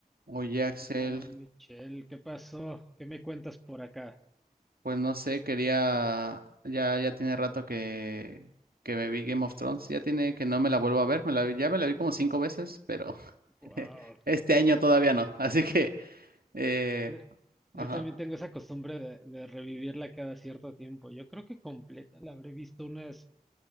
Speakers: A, on the right; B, in the centre.
A: Oye, Axel,
B: Mi hermano Michel, ¿qué pasó? ¿Qué me cuentas por acá?
A: pues no sé, quería, ya, ya tiene rato que, que me vi Game of Thrones, ya tiene que no me la vuelvo a ver, me la vi- ya me la vi como cinco veces, pero
B: Wow.
A: <laughs> este año todavía no, <laughs> así que, eh,
B: Yo, yo
A: ajá.
B: también tengo esa costumbre de, de revivirla cada cierto tiempo. Yo creo que completa la habré visto unas,